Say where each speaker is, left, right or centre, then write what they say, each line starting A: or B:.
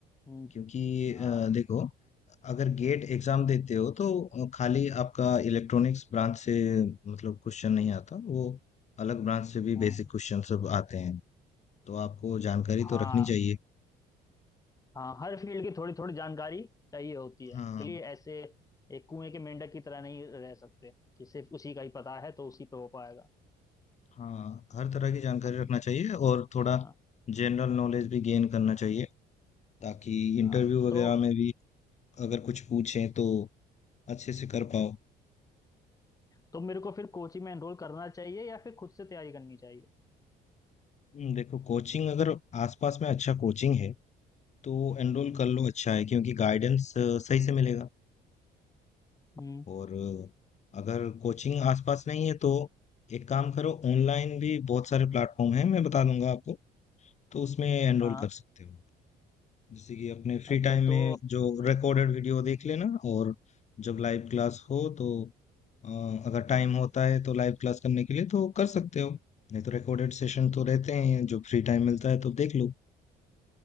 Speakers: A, on the left; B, on the left.
A: हम्म,
B: क्योंकि
A: हाँ
B: अ, देखो अगर गेट एग्जाम देते हो तो खाली आपका इलेक्ट्रॉनिक्स ब्रांच से मतलब क्वेश्चन नहीं आता वो अलग ब्रांच से भी
A: हाँ
B: बेसिक क्वेश्चन सब आते हैं तो आपको जानकारी
A: हाँ
B: तो रखनी चाहिए
A: हाँ, हर फील्ड की थोड़ी थोड़ी जानकारी चाहिए होती है
B: हाँ
A: भले ऐसे एक कुएं के मेंढक की तरह नहीं रह सकते कि सिर्फ उसी का ही पता है तो उसी पे हो पाएगा
B: हाँ हर तरह की जानकारी
A: हम्म,
B: रखना चाहिए और थोड़ा
A: हाँ
B: जनरल नॉलेज भी गेन करना चाहिए ताकि इंटरव्यू
A: हाँ
B: वगैरह
A: तो
B: में भी अगर कुछ पूछें तो अच्छे से कर पाओ
A: तो मेरे को फिर कोचिंग में एनरोल करना चाहिए या फिर खुद से तैयारी करनी चाहिए
B: हम्म, देखो कोचिंग अगर आसपास में अच्छा कोचिंग है तो एनरोल
A: हम्म
B: कर लो अच्छा है क्योंकि गाइडेंस सही से
A: हम्म
B: मिलेगा
A: हम्म,
B: और अ, अगर कोचिंग आसपास नहीं है तो एक काम करो ऑनलाइन भी बहुत सारे प्लेटफॉर्म हैं मैं बता दूंगा आपको तो उसमें एनरोल
A: हाँ
B: कर सकते हो जैसे कि अपने फ्री
A: अच्छा
B: टाइम
A: तो
B: में जो रिकॉर्डेड वीडियो देख
A: हम्म,
B: लेना और जब लाइव क्लास
A: हम्म,
B: हो तो
A: हम्म,
B: अ, अगर टाइम होता है तो लाइव क्लास करने के लिए तो कर सकते हो नहीं तो रिकॉर्डेड सेशन तो
A: हम्म।
B: रहते हैं जो फ्री टाइम मिलता है तो देख लो